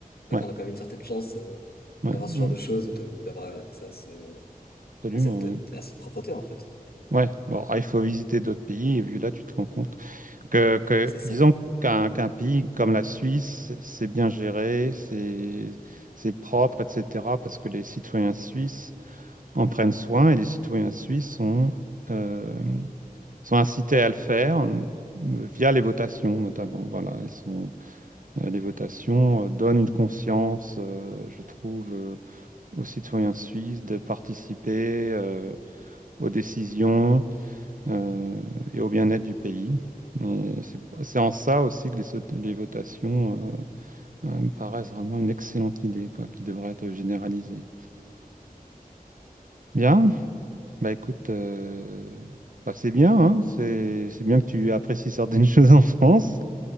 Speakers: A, on the left; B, on the right.
A: bah,
B: Ouais,
A: qu'on a quand même une certaine chance, euh,
B: ouais,
A: d'avoir ce
B: mm,
A: genre de choses ou de- ou d'avoir accès à, ce,
B: absolument.
A: à cette,
B: Ouais.
A: à cette propreté en fait.
B: Ouais. Bon, alors, il faut visiter d'autres pays et vu là, tu te rends compte que, que
A: C'est ça.
B: disons qu'un qu'un pays comme la Suisse, c'est bien géré, c'est c'est propre, etc. Parce que les citoyens suisses en prennent soin et les citoyens suisses sont euh, sont incités à le faire. euh, via les votations notamment voilà ils sont euh, les votations euh, donnent une conscience euh, je trouve euh, aux citoyens suisses de participer euh, aux décisions euh, et au bien-être du pays. Et c'est c'est en ça aussi que les, so- les votations euh, euh, me paraissent vraiment une excellente idée, quoi, qui devrait être généralisée. Bien, bah écoute, euh, bah, c'est bien, hein, c'est c'est bien que tu apprécies certaines <laughs> choses en France.